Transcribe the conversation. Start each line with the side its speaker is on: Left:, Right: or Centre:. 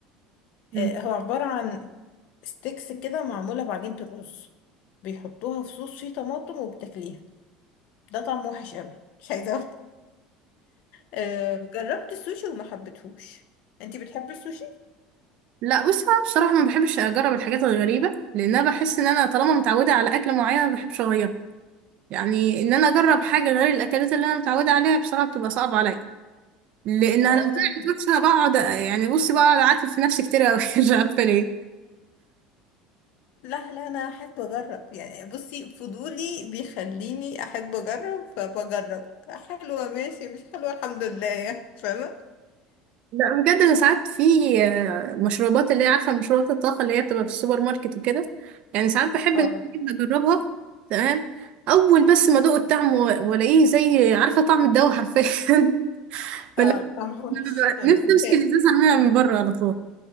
Right: مم.
Left: آه، هو عبارة عن ستيكس كده معمولة بعجينة الرز بيحطوها في صوص فيه طماطم وبتاكليها ده طعم وحش قوي مش عايزة أقول. آه، جربت السوشي وما حبيتهوش انتي بتحبي السوشي؟
Right: لا بص انا بصراحه ما بحبش اجرب الحاجات الغريبه لان انا بحس ان انا طالما متعوده على اكله معينه ما بحبش اغيرها يعني ان انا اجرب حاجه غير الاكلات اللي انا متعوده عليها بصراحه بتبقى صعبه عليا لانها
Left: اه
Right: لو طلعت وحشه انا بقعد يعني بصي بقعد اعاتب في نفسي كتير قوي <laughs> مش عارفه ليه
Left: لا لا انا احب اجرب يعني بصي فضولي بيخليني احب اجرب فبجرب حلوه ماشي مش حلوه الحمد لله يعني فاهمه
Right: لا بجد انا ساعات في آه، مشروبات اللي هي عارفه مشروبات الطاقه اللي هي بتبقى في السوبر ماركت وكده يعني ساعات بحب
Left: اه
Right: ان انا أجيب اجربها تمام اول بس ما ادوق الطعم و- والاقيه زي عارفه طعم الدواء حرفيا <laughs> فلا
Left: اه طعمها وحش
Right: أنا ببقى
Left: انا ما
Right: نفسي
Left: بحبهاش
Right: امسك الازازه ارميها من بره على طول